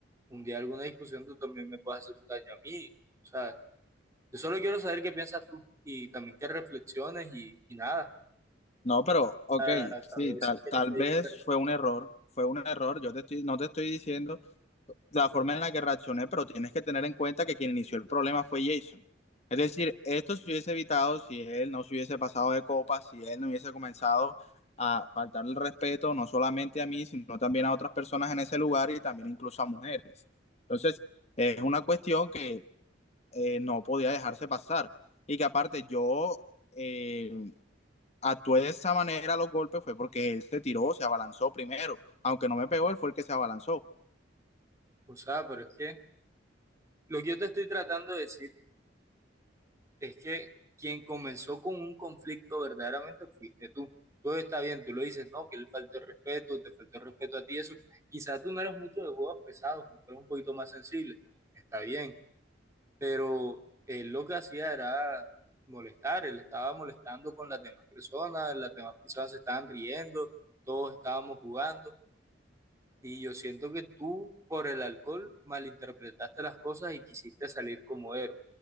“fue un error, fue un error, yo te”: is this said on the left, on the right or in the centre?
Left